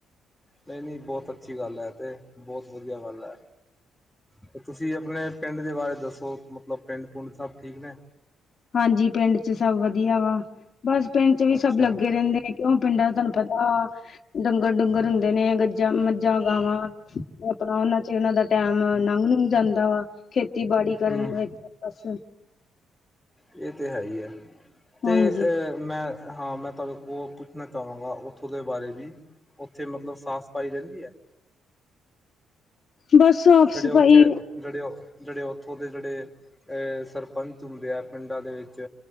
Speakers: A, in the centre; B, on the left.
A: ਨਈ- ਨਈ ਬਹੁਤ ਅੱਛੀ ਗੱਲ ਐ ਤੇ ਬਹੁਤ ਵਧੀਆ ਗੱਲ ਐ। ਤੇ ਤੁਸੀਂ ਆਪਣੇ ਪਿੰਡ ਦੇ ਬਾਰੇ ਦੱਸੋ ਮਤਲਬ ਪਿੰਡ- ਪੁੰਡ ਸਭ ਠੀਕ ਨੇ?
B: ਹਾਂਜੀ ਪਿੰਡ ਚ ਸਭ ਵਧੀਆ ਵਾ। ਬਸ ਪਿੰਡ ਚ ਵੀ
A: ਅੱਛਾ
B: ਸਭ ਲੱਗੇ ਰਹਿੰਦੇ ਨੇ ਕਿਉਂ ਪਿੰਡਾਂ ਚ ਤੁਹਾਨੂੰ ਪਤਾ, ਡੰਗਰ- ਡੁੰਗਰ ਹੁੰਦ ਨੇ ਗੱਜਾਂ ਮੱਝਾਂ, ਗਾਵਾਂ ਮਤਲਬ ਉਹਨਾਂ ਚ ਉਹਨਾਂ ਦਾ ਟੈਮ ਲੰਘ -ਲੁੰਗ ਜਾਂਦਾ ਵਾ। ਖੇਤੀਬਾੜੀ ਕਰਨ
A: ਹੂੰ
B: ਵਿੱਚ ਬਸ
A: ਇਹ ਤਾਂ ਹੈ ਹੀ ਐ, ਤੇ
B: ਹਾਂਜੀ
A: ਅ ਮੈਂ ਹਾਂ ਮੈਂ ਤੁਹਾਡੇ ਕੋਲ ਪੁੱਛਣਾ ਚਾਹਵਾਂਗਾ ਉੱਥੋਂ ਦੇ ਬਾਰੇ ਵੀ, ਉੱਥੇ ਮਤਲਬ ਸਾਫ- ਸਫਾਈ ਰਹਿੰਦੀ ਹੈ
B: ਬਸ ਸਾਫ਼
A: ਜਿਹੜੇ
B: ਸਫ਼ਾਈ
A: ਉੱਥੇ ਜਿਹੜੇ -ਜਿਹੜੇ ਉੱਥੋਂ ਦੇ ਜਿਹੜੇ ਸਰਪੰਚ ਹੁੰਦੇ ਆ ਪਿੰਡਾਂ ਦੇ ਵਿੱਚ